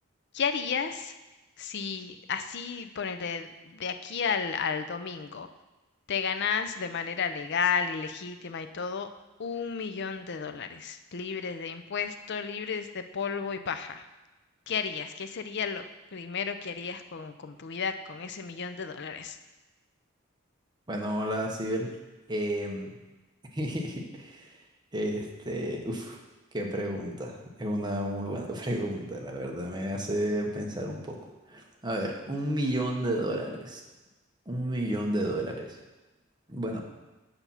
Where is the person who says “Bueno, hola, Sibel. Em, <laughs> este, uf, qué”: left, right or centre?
Right